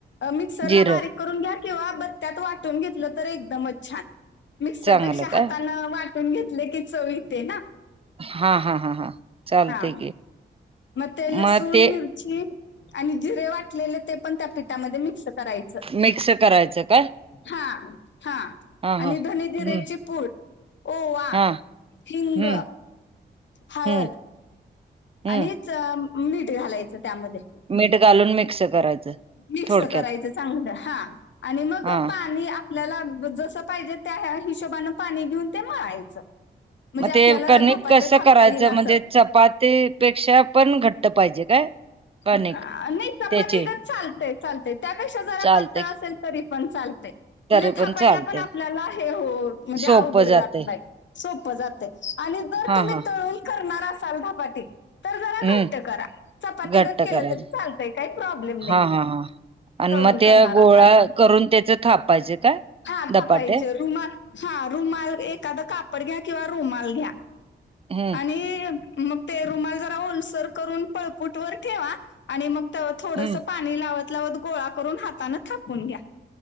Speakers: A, on the left; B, on the right.
A: मिक्सरला
B: जिरं
A: बारीक करून घ्या कि व बत्यात वाटुन घेत तर एकदम छान मिक्सर
B: चांगलं
A: पेक्षा हात
B: काय
A: न वाट. करून घेतले की चव येते ना.
B: हा हा हा हा चालतय
A: हा
B: की
A: ते न लसुन
B: मग ते
A: मीर. चीआणि जिरे वाटलेले ते पण त्या पिठामध्ये मिक्स करायचं
B: मिक्स करायचं काय
A: हा हा
B: हा हा
A: आणि
B: हम्म
A: धने जिऱ्याची पूड ओवा,
B: हा
A: हिंग
B: हम्म
A: हळद
B: हम्म हम्म
A: आणि च मीठ घालायचं त्यामध्ये.
B: मीठ घालून मिक्स करायचं.
A: मिक्स
B: थोडक्यात
A: करायचं चांगलं हा आणि मग
B: हा
A: पाणी आपल्याला जसं पाहिजे त्या हिशोबनें पाणी घेऊन ते मळायचं. म्हणजे
B: मग
A: आपल्याला
B: ते कणिक
A: धपाटे
B: कसं?
A: थापता
B: करायचं
A: येईल असं
B: म्हणजे चपातीपेक्षा पण घट्ट पाहिजे काय? कणिक
A: नई चपाती
B: त्याची
A: गत चालते चालते त्यापेक्षा जरा
B: चालते
A: पातळ असेल. तरी पण चालतय,
B: तरी
A: म्हणजे थापायला
B: चालते
A: पण आपल्याला हे हो म्हणजे
B: सोपं
A: अवघड
B: जाते
A: जात नाय. सोपं जाते आणि जर
B: हा
A: तुम्ही
B: हा
A: तळून करणार असाल धपाटे तर जरा
B: हम्म
A: घट्ट करा. चपातीगत
B: घट्ट
A: केलं
B: करायच
A: तरी चालतय काही प्रॉब्लेम नाही.
B: हा हा हा आणि
A: तळून
B: मग ते
A: करणार
B: गोळा
A: असाल तर
B: करून त्याच थापायचे काय
A: हा
B: धपाटे
A: छपायचे. रुमाल, हा रुमाल एखादं कापड घ्या किंवा रुमाल घ्या.
B: <unintelligible>
A: आणि मग ते रुमाल जरा ओलसर करून फूट वर ठेवा आणि मग थोडंस
B: हम्म
A: पाणी लावत लावत गोळा करून हातान थापून घ्या.